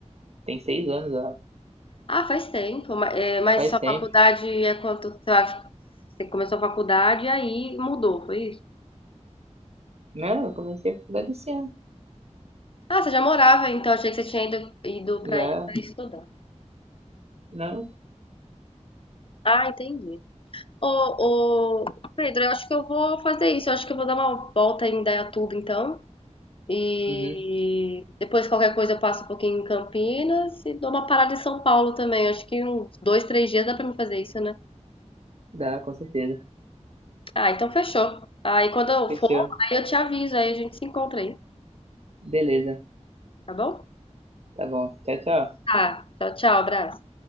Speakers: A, on the right (about 60°); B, on the left (about 50°).
A: tem seis anos, ó.
B: Ah, faz tempo. Ma- é, Mas,
A: Faz
B: sua
A: tempo.
B: faculdade é quanto? Você vai- você começou a faculdade e aí mudou, foi
A: Não, eu comecei a faculdade esse ano.
B: Ah, você já morava, então achei que você tinha ido, ido
A: Já
B: para aí para estudar.
A: Não?
B: Ah, entendi. Ô, ô, Pedro, eu acho que eu vou fazer isso. Eu acho que eu vou dar uma volta em Indaiatuba, então. E
A: Uhum.
B: depois, qualquer coisa, eu passo um pouquinho em Campinas e dou uma parada em São Paulo também. Eu acho que uns dois, três dias dá pra mim fazer isso, né?
A: Dá, com certeza.
B: Ah, então fechou. Aí quando eu
A: Fechou.
B: for, aí eu te aviso, aí a gente se encontra aí,
A: Beleza.
B: tá bom?
A: Tá bom. Tchau, tchau.
B: Tá, tchau, tchau, abraço.